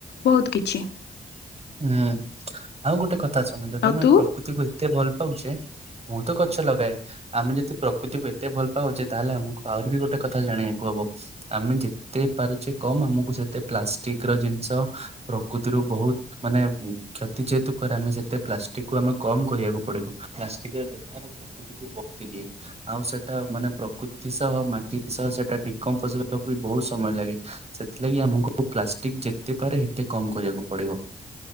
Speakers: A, on the left; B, on the right.
A: ବହୁତ କିଛି
B: ହୁଁ ଆଉ ଗୋଟେ କଥା ଶୁଣ ଯଦି
A: ଆଉ
B: ଆମେ
A: ତୁ
B: ପ୍ରକୃତିକୁ ଏତେ ଭଲ ପାଉଛେ ମୁଁ ତ ଗଛ ଲଗାଏ ଆମେ ଯଦି ପ୍ରକୃତିକୁ ଏତେ ଭଲ ପାଉଛେ ତାହେଲେ ଆମକୁ ଆହୁରି ବି ଗୋଟେ କଥା ଜାଣିବାକୁ ହବ ଆମେ ଯେତେ ପାରୁଛେ କମ ଆମକୁ ସେତେ ପ୍ଲାଷ୍ଟିକ ର ଜିନିଷ ପ୍ରକୃତିରୁ ବହୁତ ମାନେ କ୍ଷତି ଯେହେତୁ କ ଆମେ ସେତେ ପ୍ଲାଷ୍ଟିକ କୁ ଆମେ କମ କରିବାକୁ ପଡିବ ପ୍ଲାଷ୍ଟିକ ବ୍ୟହାର ପ୍ରକୃତିକୁ ବତି ଦିଏ ଆଉ ସେଟା ମାନେ ପ୍ରକୃତି ସହ ମାଟି ସହ ସେଟା ଡିକମ୍ପୋ ବି ବହୁତ ସମୟ ଲାଗେ ସେଥିଲାଗି ଆମକୁ ପ୍ଲାଷ୍ଟିକ ଯେତେ ପାରେ ଏତେ କମ କରିବାକୁ ପଡିବ।